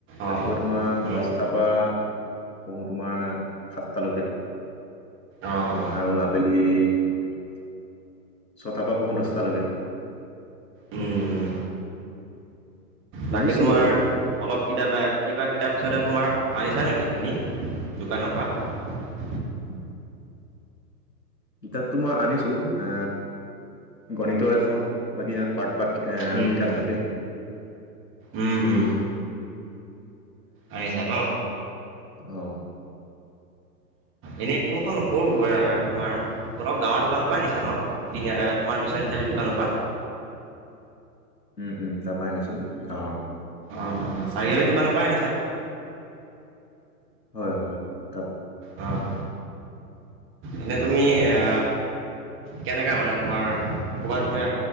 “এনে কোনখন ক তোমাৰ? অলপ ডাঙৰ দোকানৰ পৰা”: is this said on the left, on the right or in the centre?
Right